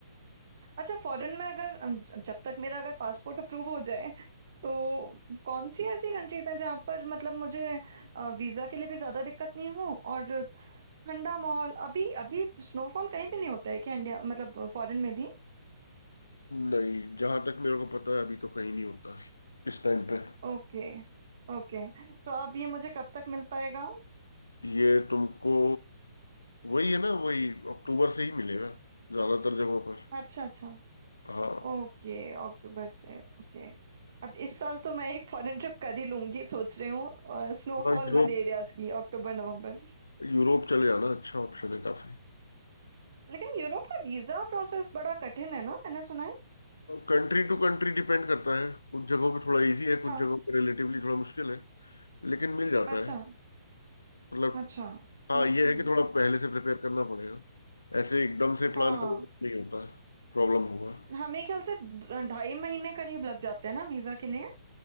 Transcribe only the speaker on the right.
अच्छा फॉरेन में अगर अम, ज- जब तक मेरा अगर पासपोर्ट अप्रूव हो जाए तो कौन सी ऐसी कंट्रीज हैं जहाँ पर मतलब मुझे वीजा के लिए भी ज्यादा दिक्कत नहीं हो और ठंडा माहौल अभी अभी स्नोफॉल कहीं भी नहीं होता है क्या इंडिया मतलब फॉरेन में भी
ओके ओके तो अब ये मुझे कब तक मिल पाएगा
अच्छा अच्छा
ओके अक्टूबर से ओके अब इस साल तो मैं एक फॉरेन ट्रिप कर ही लूंगी सोच रही हूँ स्नोफॉल
वाले एरियाज की अक्टूबर नवंबर
लेकिन यूरोप का वीजा प्रोसेस बड़ा कठिन है ना मैंने सुना है
हाँ
अच्छा
अच्छा
ओके
हाँ
हाँ मेरे ख्याल से ढ- ढाई महीने करीब लग जाते हैं ना वीजा के लिए